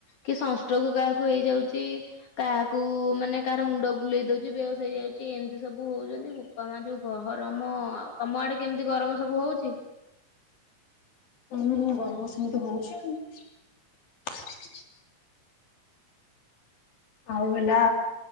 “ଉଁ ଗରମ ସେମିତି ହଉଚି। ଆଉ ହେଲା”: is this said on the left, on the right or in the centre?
Left